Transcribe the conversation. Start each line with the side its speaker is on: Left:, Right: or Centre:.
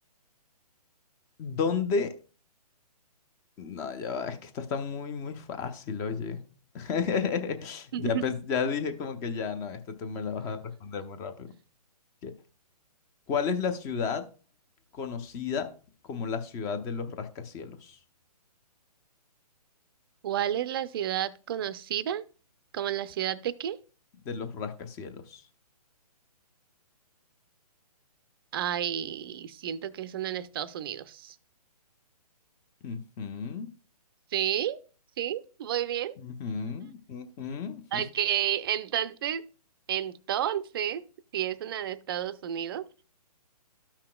Left: ¿dónde? No, ya va, es que esta está muy, muy fácil, oye. <laughs>
Right: <laughs>
Left: Ya, pens- ya dije como que ya, no, esta tú me la vas a responder muy rápido. Ok. ¿Cuál es la ciudad conocida como la ciudad de los rascacielos?
Right: ¿Cuál es la ciudad conocida como la ciudad de qué?
Left: de los rascacielos.
Right: Ay, siento que son en Estados Unidos.
Left: Ujú,
Right: ¿Sí? ¿Sí? Muy bien.
Left: ujú, ujú.
Right: Ok,
Left: <laughs>
Right: entonces, entonces, si es una de Estados Unidos,